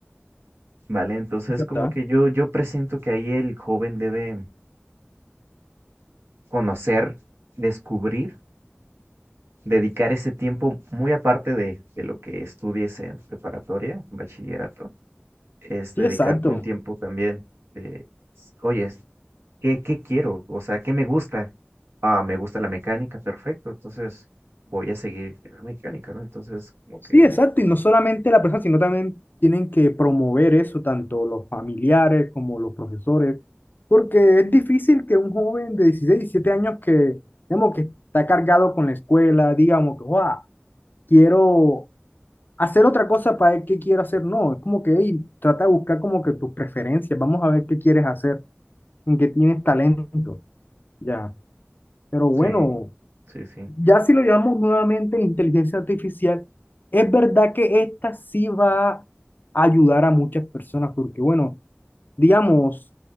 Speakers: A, on the right; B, on the left.
A: Vale, entonces
B: ¿verdad?
A: como que yo, yo presiento que ahí el joven debe conocer, descubrir, dedicar ese tiempo muy aparte de, de lo que estudies en preparatoria, bachillerato, es dedicarte
B: Sí, exacto.
A: un tiempo también de, oye, ¿qué, qué quiero? O sea, ¿qué me gusta? Ah, me gusta la mecánica, perfecto, entonces voy a seguir en la mecánica, ¿no? Entonces como
B: Sí,
A: que
B: exacto, y no solamente la persona, sino también tienen que promover eso, tanto los familiares como los profesores, porque es difícil que un joven de 16 17 años que, digamos, que está cargado con la escuela, digamos que, "Guau, quiero hacer otra cosa para ver qué quiero hacer, no, es como que, "Ey, trata de buscar como que tus preferencias, vamos a ver qué quieres hacer, en qué tienes talento, ya. Pero
A: sí,
B: bueno,
A: sí, sí.
B: ya si lo llamamos nuevamente inteligencia artificial, es verdad que esta sí va a ayudar a muchas personas, porque bueno, digamos,